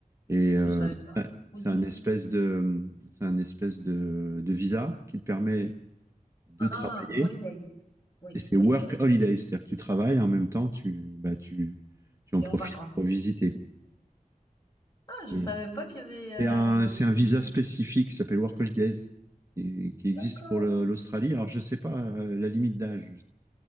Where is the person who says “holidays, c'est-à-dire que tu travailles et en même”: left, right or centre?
Right